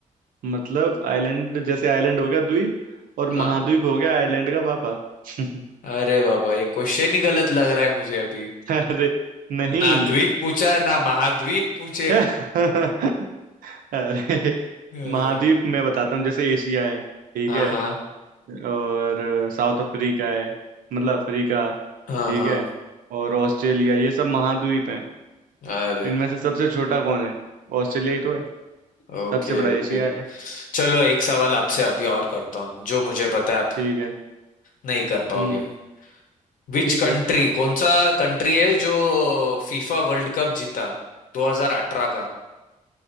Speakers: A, on the right (about 80°); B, on the left (about 70°).
A: मतलब आइलैंड जैसे आइलैंड हो गया द्वीप और
B: हाँ
A: महाद्वीप हो गया आइलैंड का पापा <laughs>
B: अरे बाबा ये क्वेश्चन ही गलत लग रहा है मुझे अभी
A: अरे नहीं
B: ना द्वीप पूछा है, ना महाद्वीप पूछे
A: <laughs> अरे
B: अ,
A: महाद्वीप मैं बताता हूँ जैसे एशिया है ठीक
B: हाँ
A: है
B: हाँ
A: और साउथ अफ्रीका है मतलब अफ्रीका
B: हाँ
A: ठीक
B: हाँ
A: है और ऑस्ट्रेलिया ये सब महाद्वीप हैं
B: अरे
A: इनमें से सबसे छोटा कौन है ऑस्ट्रेलिया ही तो है
B: Okay
A: सबसे बड़ा एशिया
B: okay
A: है
B: चलो एक सवाल आपसे अभी और करता हूँ जो मुझे पता है आप
A: ठीक है
B: नहीं कर पाओगे
A: हम्म
B: विच
A: ठीक
B: कंट्री
A: है
B: कौन सा कंट्री है जो फीफा वर्ल्ड कप जीता 2018 का